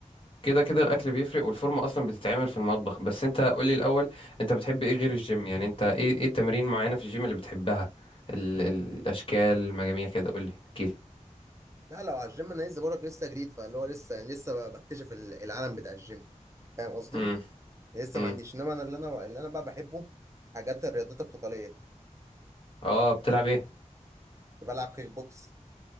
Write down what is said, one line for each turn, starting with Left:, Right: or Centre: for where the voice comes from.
Left: كده كده الاكل بيفرق والفورمه اصلا بتتعمل في المطبخ بس انت قولي الاول انت بتحب ايه غير الجيم يعني انت ايه ايه التمارين معينه في الجيم اللي بتحبها ال ال الاشكال المجاميع كده قولي احكيلي
Right: لا لو على الجيم انا لسه بقولك لسه جديد فاللي هو لسه لسه ب- بكتشف ال- العالم بتاع الجيم فاهم قصدي؟
Left: امم
Right: لسه
Left: امم
Right: ما عنديش انما انا اللي انا اللي انا بقى بحبه حاجات الرياضات القتاليه
Left: اه بتلعب ايه
Right: كنت بلعب كيك بوكس